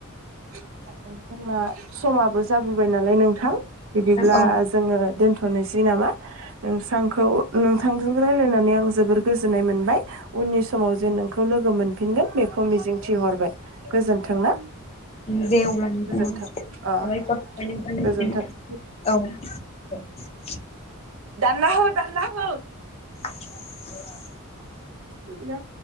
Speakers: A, on the right; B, on the left.
A: <unintelligible> समाबो जाबोबाय नालाय नों थां बिदिब्ला
B: औ
A: जोङो दोनथ'नोसै नामा नोंस्रांखौ नों नोंथांजों रायलायनानै आं जोबोर गोजोननाय मोनबाय उननि समाव जेन नोंखौ लोगो लोगो मोनफिनगोन बेखौ मिजिंथिहरबाय गोजोन्थों ना
B: उम दे अब्ला नोंथां
A: गोजोन्थों
B: औ साबायखर
A: अ
B: नोंथांनिसिम
A: गोजोन्थों
B: औ दे
A: दानना हो दानना हो
B: <unintelligible>
A: हि ल'